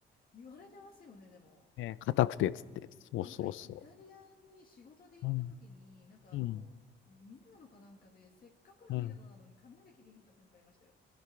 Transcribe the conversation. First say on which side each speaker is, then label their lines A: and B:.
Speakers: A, on the left; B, on the left.
A: 言われてますよね、でも。
B: ね硬くて、つって。そうそうそ
A: なんかイタリアに仕事で行った時に、
B: う。うん、
A: なんかあの、
B: うん、
A: ミラノかなんかで、せっかくのミラノなのに髪の毛切りに行った先輩いましたよ。
B: うん。